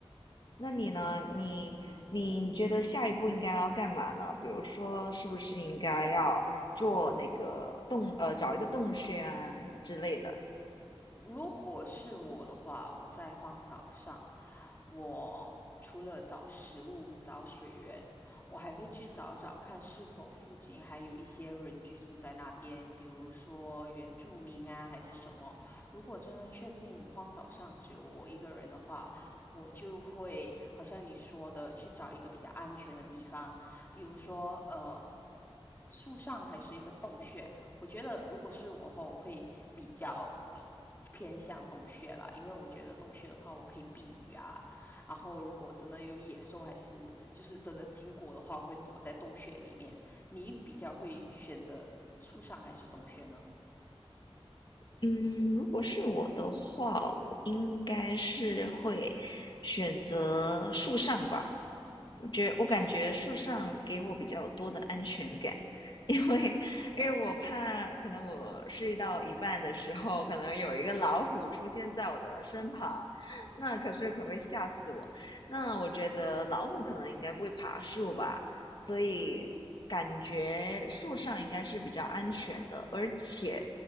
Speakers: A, on the left (about 50°); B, on the left (about 20°).
A: 那你呢？
B: 嗯。
A: 你你觉得下一步应该要干嘛呢？比如说，是不是应该要做那个洞呃，
B: 我
A: 找一个洞穴啊之类的？
B: 如果是我的话，我在荒岛上，我除了找食物、找水源，我还会去找找看是否附近还有一些人居住在那边，比如说原住民啊，还是什么。如果真的确定荒岛上只有我一个人的话，我就会好像你说的去找一个比较安全的地方，比如说呃。树上还是一个洞穴。我觉得如果是我的话，我会比较偏向洞穴啦，因为我觉得洞穴的话，我可以避雨啊。然后如果真的有野兽，还是就是真的经过的话，我会躲在洞穴里面。你比较会选择树上还是洞穴呢？
A: 嗯，如果是我的话，我应该是会选择树上吧，我觉得我感觉树上给我比较多的安全感，
B: 为什么？
A: 因为因为我怕可能我睡到一半的时候，可能有一个老虎出现在我的身旁，那可是可会吓死我。那我觉得老虎可能应该不会爬树吧，所以感觉树上应该是比较安全的，而且，